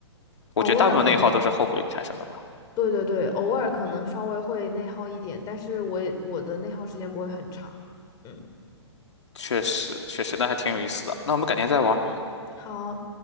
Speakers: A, on the left; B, on the left.
A: 我觉得大部分内耗都是后悔产生的吧。
B: 偶尔可能对对对，偶尔可能稍微会内耗一点，但是我也我的内耗时间不会很长。嗯
A: 确实，确实，那还挺有意思的。那我们改天再玩。
B: 嗯，好，